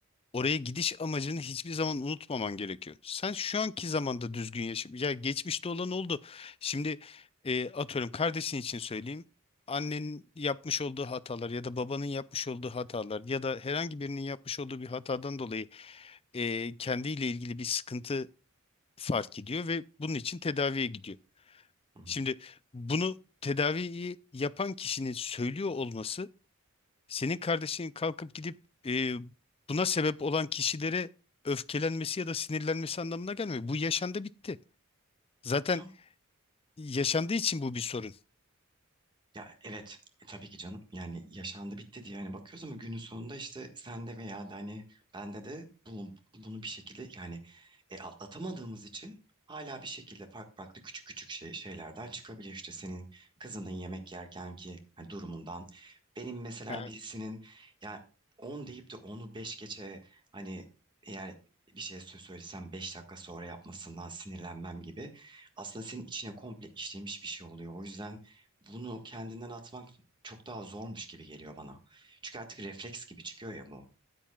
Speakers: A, on the left (about 25°); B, on the right (about 20°).
A: Oraya gidiş amacını hiçbir zaman unutmaman gerekiyor. Sen şu anki zamanda düzgün yaşa. Ya geçmişte olan oldu. Şimdi e, atıyorum kardeşin için söyleyeyim. Annenin yapmış olduğu hatalar ya da babanın yapmış olduğu hatalar ya da herhangi birinin yapmış olduğu bir hatadan dolayı e, kendiyle ilgili bir sıkıntı fark ediyor ve bunun için tedaviye gidiyor.
B: Hı
A: Şimdi bunu tedaviyi yapan kişinin söylüyor olması senin kardeşin kalkıp gidip e, buna sebep olan kişilere öfkelenmesi ya da sinirlenmesi anlamına gelmiyor. Bu yaşandı bitti. Zaten
B: hı.
A: yaşandığı için bu bir sorun.
B: Ya evet e, tabii ki canım yani yaşandı bitti diye hani bakıyoruz ama günün sonunda işte sende veya da hani bende de bunu, bunu bir şekilde yani e, atlatamadığımız için hala bir şekilde farklı farklı küçük küçük şey, şeylerden çıkabiliyor işte senin kızının yemek yerken ki hani durumundan benim mesela
A: Evet.
B: birisinin ya 10 deyip de onu 5 geçe hani eğer bir şey sö- söylesem 5 dakika sonra yapmasından sinirlenmem gibi aslında senin içine komple işlemiş bir şey oluyor o yüzden bunu kendinden atmak çok daha zormuş gibi geliyor bana. Çünkü artık refleks gibi çıkıyor ya bu.